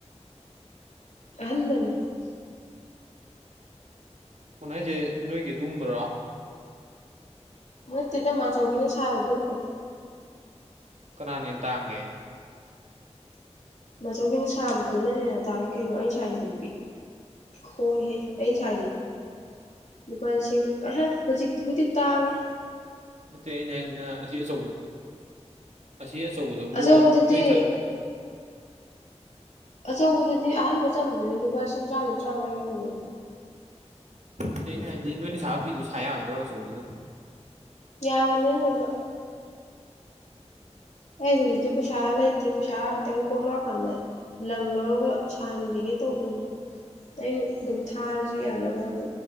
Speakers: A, on the left; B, on the right.
A: ꯑꯟꯕꯅꯤ
B: ꯀꯣꯟꯥꯏꯖꯦ ꯅꯣꯏ ꯀ ꯑꯗꯨ꯭ꯔꯥ
A: ꯅꯠꯇꯦꯗ ꯑꯆꯧꯕꯤꯅ ꯁꯥꯕꯗꯣꯕꯗ
B: ꯀꯅꯥꯅꯤꯟ ꯇꯥꯡꯒꯦ
A: ꯃꯆꯧꯕꯤꯅ ꯁꯥꯕꯗꯨꯅ ꯍꯦꯟꯅ ꯇꯥꯡꯉ ꯀꯩꯅꯣ ꯑꯩ ꯏꯁꯋꯥꯏꯁꯦ ꯈꯣꯡꯉꯦ ꯑꯩ ꯏꯁ ꯂꯨꯄꯥ ꯂꯤꯁꯤꯡ ꯑꯍ ꯍꯧꯖꯤꯛꯇꯤꯕꯨꯗꯤ ꯇꯥꯡꯉꯦ
B: ꯅꯠꯇꯦ ꯑꯩꯅ ꯍꯥꯏꯁꯤꯅ ꯑꯁꯤ ꯑꯆꯧꯕ ꯁꯤ ꯑꯆꯧꯕꯗꯨꯕꯨ
A: ꯑꯆꯧꯕꯗꯨꯗꯤ
B: ꯅꯣꯏꯁꯠ
A: ꯑꯆꯧꯕꯗꯨꯗꯤ ꯑꯍꯟꯥꯟꯕ ꯆꯝꯕꯗꯗꯤ ꯂꯨꯄꯥ ꯂꯤꯁꯤꯡ ꯇꯔꯥꯃ ꯇꯔꯥꯃꯉꯥ ꯌꯧꯕꯅꯦ
B: ꯑꯗ ꯑꯩꯅ ꯍꯥꯏꯗꯤ ꯅꯣꯏꯅ ꯁꯥꯕ ꯐꯤꯗꯨꯣ ꯁꯥ ꯌꯥꯒꯗ꯭ꯔꯕ ꯑ ꯆꯆꯧꯁꯤꯗ
A: ꯌꯥꯕꯅꯤꯅꯅ ꯑꯩ ꯍꯧꯖꯤꯛꯇꯤ ꯄꯨꯩꯁꯥ ꯂꯩꯇꯦ ꯄꯩꯁꯥꯔ ꯈꯤꯇꯪ ꯀꯣꯝꯃꯛꯀꯥꯟꯗ ꯂꯪ ꯂꯧꯔꯒ ꯁꯥꯍꯟꯕꯤꯒꯦ ꯇꯧꯕꯅꯤ ꯑꯩꯅ ꯑꯗꯨꯝ ꯊꯥꯔꯁꯨ ꯌꯥꯅꯕꯅ